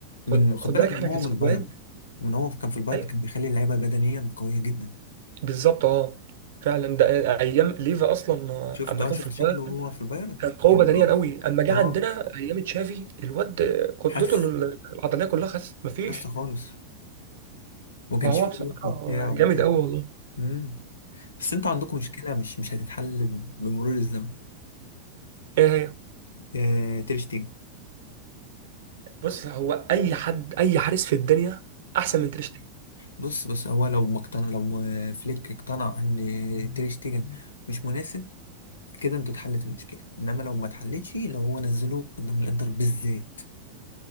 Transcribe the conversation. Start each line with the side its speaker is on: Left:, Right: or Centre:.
Left: من
Right: خد
Left: خد
Right: خد
Left: بالك
Right: بالك
Left: من
Right: احنا
Left: هو
Right: كسكواد
Left: من البايرن من هو كان في البايرن
Right: أيوة
Left: كان بيخلي اللعيبه بدنيا قويه جدا
Right: بالظبط اه فعلا ده ايام ليفا اصلا آه،
Left: شفت
Right: اما
Left: اه
Right: كان
Left: شفت
Right: في البايرن
Left: شكله وهو في البايرن
Right: كان قوي
Left: كان
Right: بدنيا
Left: اه
Right: قوي اما جه
Left: اه
Right: عندنا ايام تشافي الواد كتلته
Left: خس
Right: ال- العضليه كلها خس مفيش
Left: خس خالص وما كانش
Right: فهو
Left: فيه
Right: بصراحه
Left: روح وبتاع
Right: جامد
Left: وكده
Right: قوي والله
Left: امم بس انتوا عندكم مشكله مش مش هتتحل بمرور الزمن
Right: ايه هي
Left: آه تير شتيجن
Right: بص هو اي حد اي حارس في الدنيا احسن من تير شتيجن
Left: بص بس هو لو ما اقتنع لو م- فليك اقتنع ان تير شتيجن مش مناسب كده انت اتحلت المشكله انما لو ما اتحلتش لو هو نزله قدام الانتر بالذات